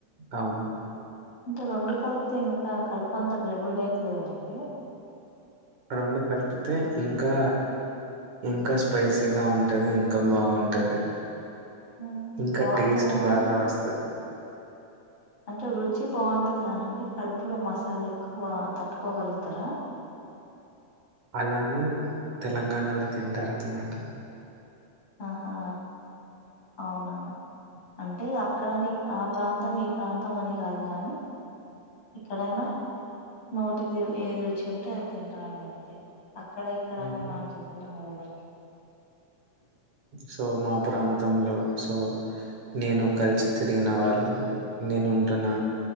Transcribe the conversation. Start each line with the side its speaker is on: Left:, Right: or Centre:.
Right: అవును
Left: అంటే రెండు కలిపితే ఇంక కడుపు అంతా గడిబిడి అయితుంది కదండి
Right: రెండు కలిపితే ఇంకా ఇంకా స్పైసీగ ఉంటది ఇంకా బాగుంటది
Left: ఉమ్,
Right: ఇంక
Left: బాగుంటది
Right: టేస్ట్
Left: గాని
Right: బాగా వస్తది
Left: అంటే రుచి బాగుంటది కానండి కడుపులో మసాలా ఎక్కువ తట్టుకోగలుగుతారా
Right: అలానే తెలంగాణలో తింటారన్నమాట
Left: ఆహా అవునా అంటే అక్కడని ఆ ప్రాంతం ఈ ప్రాంతం అని కాదు కానీ ఏక్కడైనా నోటికి ఏది రుచి ఉంటే అది తింటాలండి అంతే అక్కడ ఇక్కడ
Right: హ్మ్.
Left: అని మనం చెప్పలేం కద ఎవరి
Right: సో మా ప్రాంతంలో సో నేను కలిసి తిరిగిన వాళ్ళు నేనుంటున్న